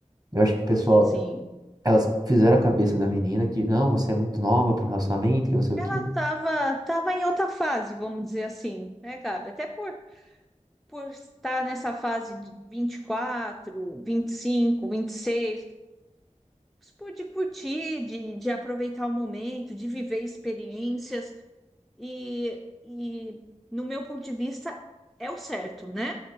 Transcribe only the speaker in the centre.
Sim, sim.
Ela
estava tava tava em outra fase, vamos dizer assim, né, Gabi? Até por, por estar nessa fase de vinte vinte e e quatro vinte e cinco vinte e seis por de curtir, de, de aproveitar o momento, de viver experiências. e, e no meu ponto de vista, é o certo, né?